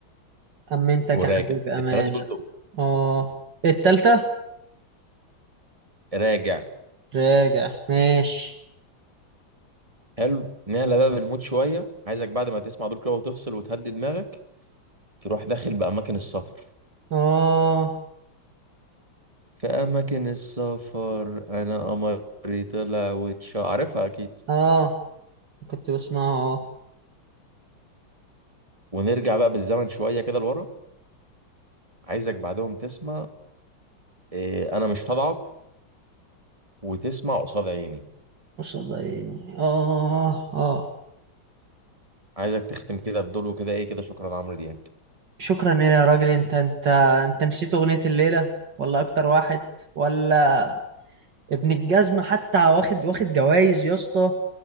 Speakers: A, on the right; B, on the right.
A: أمنتك
B: وراجع
A: يا حبيبي أمان
B: التلاته دول توب
A: آه التالتة
B: راجع
A: راجع ماشي
B: حلو نعلى بقى بالمود شويه عايزك بعد ما تسمع دول كده وتفصل وتهدي دماغك تروح داخل باماكن السفر
A: آه
B: في اماكن السفر انا قمري طلع واتش عارفها اكيد
A: آه كنت بسمع آه
B: ونرجع بقى بالزمن شويه كده لورا عايزك بعدهم تسمع إيه انا مش هضعف وتسمع قصاد عيني
A: قصاد عيني آه آه
B: عايزك تختم كده بدول وكده ايه كده شكرا عمرو دياب
A: شكرا يا راجل أنت أنت أنت نسيت أغنية الليلة ولا أكتر واحد ولا ابن الجزمة حتى واخد واخد جوايز يا اسطى